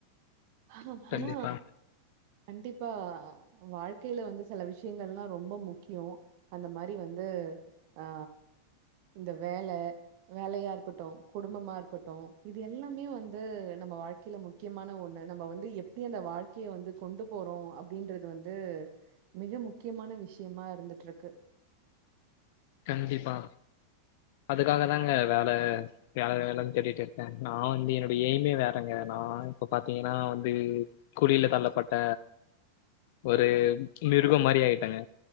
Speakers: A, on the right; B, on the left.
A: ஆ ஆனா
B: கண்டிப்பா
A: கண்டிப்பா வாழ்க்கையில வந்து சில விஷயங்கள்லா ரொம்ப முக்கியோ அந்த மாரி வந்து ஆ இந்த வேல வேலையா இருக்கட்டும் குடும்பமா இருக்கட்டும் இது எல்லாமே வந்து நம்ப வாழ்க்கையில முக்கியமான ஒண்ணு நம்ம வந்து எப்படி அந்த வாழ் கே வந்து கொண்டு போறோ அப்டின்றது வந்து மிக முக்கியமான விஷயமா இருந்துட்டு இருக்கு
B: கண்டிப்பா அதுக்காக தாங்க வேல வேல வேலன்னு தேட்டிட்டு இருக்கேன் நா வந்து என்னோடைய எய்மே வேறங்க நா இப்ப பாத்தீங்கனா வந்து குழியில தள்ளப்பட்ட ஒரு மிருகோ மாரி ஆயிட்டாங்க